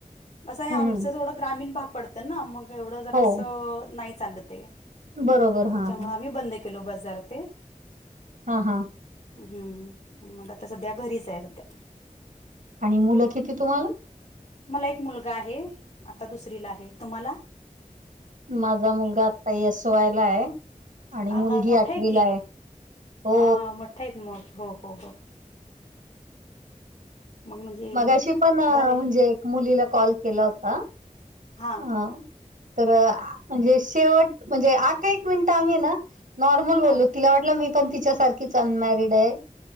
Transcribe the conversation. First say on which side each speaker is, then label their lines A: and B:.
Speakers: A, on the left (about 55°); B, on the right (about 75°).
A: असं आहे
B: हं,
A: आमचं
B: हं.
A: जवढं ग्रामीण भाग पडतं ना मग एवढं जरासं
B: हो.
A: नाही चाल ते
B: बरोबर.
A: म त्याच्यामुळ
B: हां, हां.
A: आम्ही बंद केलो बाजार ते.
B: हा हा.
A: हम्म मंग आता सध्या घरीच आहे सध्या.
B: आणि मुलं किती तुम्हाला?
A: मला एक मुलगा आहे आता दुसरीला आहे. तुम्हाला?
B: माझा मुलगा आत्ता एस् वाय ला आहे. आणि
A: हा
B: मुलगी
A: हा मोठा
B: आठवीला
A: की
B: आहे हो.
A: हा मोठा हो हो हो. मंग म्हणजे
B: मगाशी पण अ,
A: बरे आहे.
B: म्हणजे एक मुलीला कॉल केला होता
A: हा
B: अ तर म्हणजे शेवट म्हणजे आठ एक मिनिटं आम्ही ना नॉर्मल बोललो
A: हा
B: तिला वाटलं मी पण तिच्यासारखीच अनमॅरिड आहे.